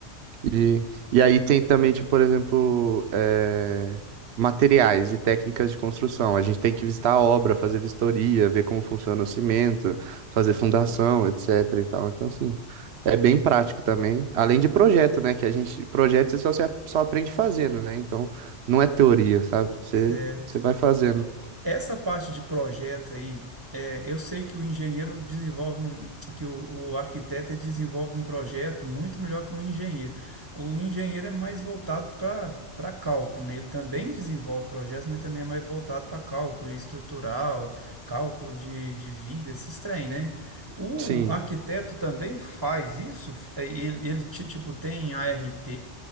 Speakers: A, on the right; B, on the right.
A: E, e aí tem também, tipo, por exemplo, eh, materiais e técnicas de construção. A gente tem que visitar a obra, fazer vistoria, ver como funciona o cimento, fazer fundação, etc. e tal. Então, assim, é bem prático também. Além de projeto, né? Que a gente, projeto você só, se a- só aprende fazendo, né? Então, não é teoria, sabe? Você,
B: Certo.
A: você vai fazendo.
B: Essa parte de projeto aí, é, eu sei que o engenheiro desenvolve um, que o, o arquiteto ele desenvolve um projeto muito melhor que o engenheiro. O engenheiro é mais voltado para para cálculo, né? Ele também desenvolve projetos, mas também é mais voltado para cálculo estrutural, cálculo de, de vigas, esses trem, né? O
A: Sim.
B: arquiteto também faz isso, F- é, ele, ele ti- tipo tem a ART,